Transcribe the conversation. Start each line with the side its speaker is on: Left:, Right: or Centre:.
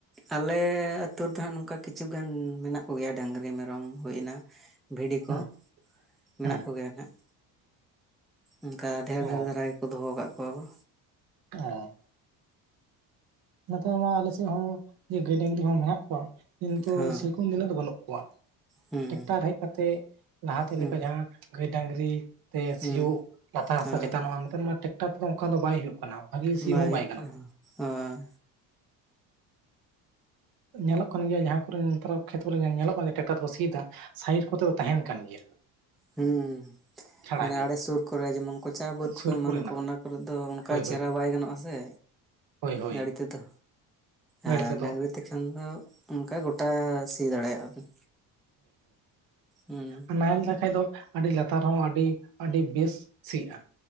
Centre: ᱟᱞᱮ ᱟᱹᱛᱩ ᱨᱮᱫᱚ ᱦᱟᱸᱜ ᱱᱚᱝᱠᱟ ᱠᱤᱪᱷᱩ ᱜᱟᱱ ᱢᱮᱱᱟᱜ ᱠᱚᱜᱮᱭᱟ ᱰᱟᱝᱨᱤ ᱢᱮᱨᱚᱢ ᱦᱩᱭᱮᱱᱟ ᱵᱷᱤᱰᱤ ᱠᱚ
Right: ᱦᱮᱸ
Centre: ᱢᱮᱱᱟᱜ
Right: ᱦᱮᱸ
Centre: ᱠᱚᱜᱮᱭᱟ ᱱᱟᱦᱟᱜ᱾ ᱚᱱᱠᱟ ᱰᱷᱮᱨ
Right: ᱚ
Centre: ᱰᱷᱮᱨ ᱫᱷᱟᱨᱟ ᱜᱮᱠᱚ ᱫᱚᱦᱚ ᱟᱠᱟᱫ ᱠᱚᱣᱟ ᱠᱚ᱾
Right: ᱚ᱾ ᱱᱮᱛᱟᱨ ᱢᱟ ᱟᱞᱮ ᱥᱮᱫ ᱦᱚᱸ ᱡᱮ ᱜᱟᱹᱭ ᱰᱟᱹᱝᱨᱤ ᱦᱚᱸ ᱢᱮᱱᱟᱜ ᱠᱚᱣᱟ ᱠᱤᱱᱛᱩ
Centre: ᱦᱮᱸ
Right: ᱥᱮᱨᱚᱠᱚᱢ ᱫᱚ ᱩᱱᱟᱹᱜ ᱫᱚ ᱵᱟᱹᱱᱩᱜ ᱠᱚᱫᱟ ᱠᱚᱣᱟ,
Centre: ᱦᱮᱸ
Right: ᱴᱮᱠᱴᱟᱨ ᱦᱮᱡ ᱠᱟᱛᱮ ᱞᱟᱦᱟᱛᱮ
Centre: ᱦᱮᱸ
Right: ᱞᱮᱠᱟ ᱡᱟᱦᱟᱸ ᱜᱟᱹᱭ ᱰᱟᱝᱨᱤ ᱛᱮ
Centre: ᱦᱮᱸ
Right: ᱥᱤᱭᱳᱜ ᱞᱟᱛᱟᱨ ᱦᱟᱥᱟ
Centre: ᱦᱮᱸ
Right: ᱪᱮᱛᱟᱱᱚᱜᱼᱟ ᱱᱮᱛᱟᱨ ᱢᱟ ᱴᱮᱠᱴᱟᱨ ᱛᱮᱫᱚ ᱚᱱᱠᱟ ᱫᱚ ᱵᱟᱭ ᱦᱩᱭᱩᱜ ᱠᱟᱱᱟ᱾ ᱵᱷᱟᱹᱜᱤ ᱥᱤ
Centre: ᱵᱟᱭ
Right: ᱦᱚᱸ
Centre: ᱦᱩᱭᱩᱜ ᱠᱟᱱᱟ
Right: ᱜᱟᱱᱚᱜ
Centre: ᱦᱳ, ᱦᱳᱭ᱾
Right: ᱧᱮᱞᱚᱜ ᱠᱟᱱ ᱜᱮᱭᱟ ᱡᱟᱦᱟᱸ ᱠᱚᱨᱮ ᱱᱮᱛᱟᱨ ᱠᱷᱮᱛ ᱠᱚᱨᱮ ᱜᱮ ᱧᱮᱞᱚᱜ ᱵᱟᱝ ᱡᱮ ᱴᱮᱠᱴᱟᱨ ᱛᱮᱠᱚ ᱥᱤᱭᱮᱫᱟ ᱥᱟᱭᱤᱰ ᱠᱚᱛᱮ ᱫᱚ ᱛᱟᱦᱮᱱ ᱠᱟᱱ ᱜᱮᱭᱟ᱾
Centre: ᱦᱩᱸ᱾
Right: ᱪᱷᱟᱲᱟ
Centre: ᱢᱟᱱᱮ
Right: ᱜᱮ
Centre: ᱟᱲᱮ ᱥᱩᱨ ᱠᱚᱨᱮ ᱡᱮᱢᱚᱱ ᱠᱚᱪᱟ ᱵᱟᱹᱫ
Right: ᱥᱩᱨ
Centre: ᱠᱚ ᱮᱢᱟᱱ
Right: ᱠᱚᱨᱮᱱᱟᱜ
Centre: ᱠᱚ ᱚᱱᱟ ᱠᱚᱨᱮᱜ ᱫᱚ ᱚᱱᱠᱟ
Right: ᱦᱳᱭ
Centre: ᱪᱮᱦᱨᱟ
Right: ᱦᱳᱭ
Centre: ᱵᱟᱭ ᱜᱟᱱᱚᱜ-ᱟ ᱥᱮ᱾
Right: ᱦᱳᱭ ᱦᱳᱭ
Centre: ᱜᱟᱹᱲᱤ ᱛᱮᱫᱚ,
Right: ᱜᱟᱹᱰᱤ
Centre: ᱟᱨ
Right: ᱛᱮᱫᱚ
Centre: ᱰᱟᱝᱨᱤ ᱛᱮᱠᱷᱟᱱ ᱫᱚ ᱚᱱᱠᱟ ᱜᱚᱴᱟ ᱥᱤ ᱫᱟᱲᱮᱭᱟᱜ-ᱟ ᱵᱤᱱ᱾ ᱦᱩᱸ
Right: ᱟᱨ ᱱᱟᱦᱮᱞ ᱛᱮᱠᱷᱟᱡ ᱫᱚ ᱟᱹᱰᱤ ᱞᱟᱛᱟᱨ ᱦᱚᱸ ᱟᱹᱰᱤ ᱟᱹᱰᱤ ᱵᱮᱥ ᱥᱤ-ᱟ